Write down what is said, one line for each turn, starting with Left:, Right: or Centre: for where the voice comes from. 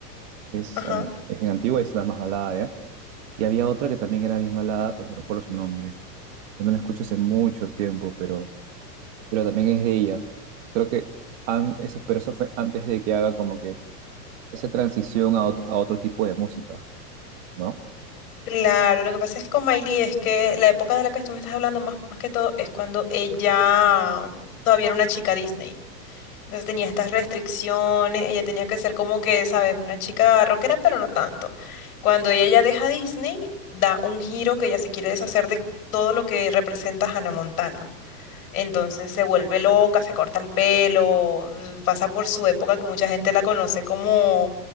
Right: que es,
Left: Ajá.
Right: an- es bien antigua y es la más balada, ¿ya? Y había otra que también era bien balada, pues no recuerdo su nombre. Yo no la escucho hace mucho tiempo, pero pero también es de ella. Creo que an- eso, pero eso fue antes de que haga como que esa transición a otro, a otro tipo de música, ¿no?
Left: Claro, lo que pasa es que con Miley es que la época de la que tú me estás hablando más, más que todo es cuando ella todavía era una chica Disney. Entonces tenía estas restricciones, ella tenía que ser como que, sabes, una chica rockera, pero no tanto. Cuando ella ya deja Disney, da un giro que ella se quiere deshacer de todo lo que representa Hannah Montana. Entonces se vuelve loca, se corta el pelo, pasa por su época que mucha gente la conoce como,